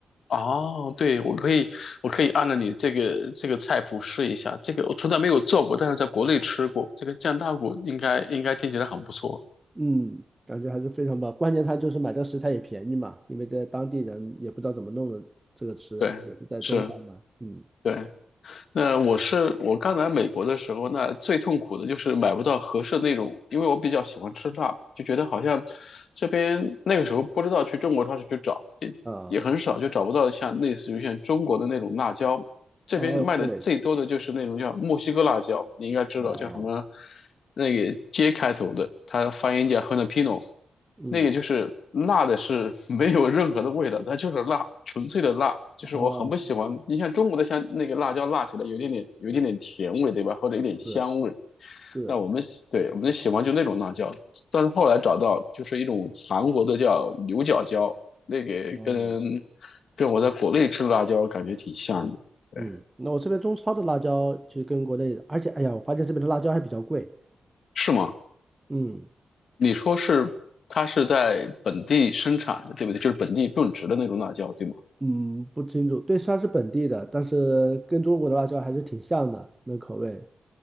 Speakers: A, on the left (about 70°); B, on the right (about 20°).
A: 哦，对，我可以我可以按照你这个这个菜谱试一下。这个我从来没有做过，但是在国内吃过。这个酱大骨应该应该听起来很不错。
B: 嗯，感觉还是非常棒。关键它就是买这个食材也便宜嘛，因为这当地人也不知道怎么弄的这个吃，
A: 对，
B: 也是在中超嘛。
A: 是。
B: 嗯
A: 对。那我是我刚来美国的时候，那最痛苦的就是买不到合适的那种，因为我比较喜欢吃辣，就觉得好像这边那个时候不知道去中国超市去找，也也很少，
B: 啊
A: 就找不到像类似于像中国的那种辣椒。这边卖的最多的就是那种叫墨西哥辣椒，
B: 哦对
A: 你应该知道叫什么，
B: 哦
A: 那个 J 开头的，它发音叫 j a n a p i n o
B: 嗯
A: 那个就是辣的是 <laughs> 没有任何的味道，它就是辣，纯粹的辣。就是我很不喜欢，
B: 哦
A: 你像中国的像那个辣椒辣起来有一点点有一点点甜味，对吧？或者有点香味。
B: 是是
A: 那我们喜对我们喜欢就那种辣椒，但是后来找到就是一种韩国的叫牛角椒，那个跟
B: 哦。
A: 跟我在国内吃的辣椒感觉挺像的。对，
B: 嗯，那我这边中超的辣椒其实跟国内的，而且哎呀，我发现这边的辣椒还比较贵。
A: 是吗？
B: 嗯
A: 你说是它是在本地生产的，对不对？就是本地种植的那种辣椒，对吗？
B: 嗯，不清楚，对，它是本地的，但是跟中国的辣椒还是挺像的，那口味。